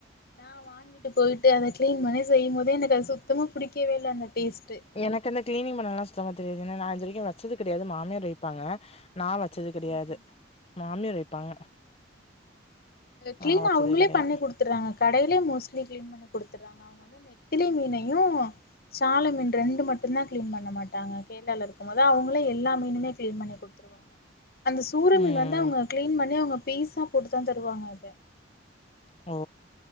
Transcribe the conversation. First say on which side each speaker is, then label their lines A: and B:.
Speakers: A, on the left; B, on the left.
A: நா வாங்கிட்டு ட்டு போய்ட்டு அத க்ளீன் பண்ணி செய்யும்போதே எனக்கது சுத்தமா புடிக்கவே இல்ல அந்த டேஸ்ட்டு
B: எனக்கு அந்த க்ளீனிங் பண்ணல்லா சுத்தமா தெரியாது ஏன்னா நா இது வரைக்கு வச்சது கெடையாது மாமியார் வைப்பாங்க நா வச்சது கெடையாது
A: ம்ஹூம்
B: மாமியார் வைப்பாங்க
A: க்ளீன்
B: நா வச்சதே
A: அவங்களே
B: கெடையாது
A: பண்ணி குடுத்துறாங்க கடைலயே மோஸ்ளீ க்ளீன் பண்ணி குடுத்துட்றாங்க அவங்க நெத்திலி மீனையு சால மீன் ரெண்டு மட்டுதா க்ளீன் பண்ண மாட்டாங்க இருக்கும்போது அவங்களே எல்லா மீனுமே க்ளின் பண்ணி குடுத்துருவாங்க அந்த சூர
B: ம்
A: மீன் வந்து அவங்க க்ளீன் பண்ணி அவங்க பீஸா போட்டுதா தருவாங்க அத
B: ஓ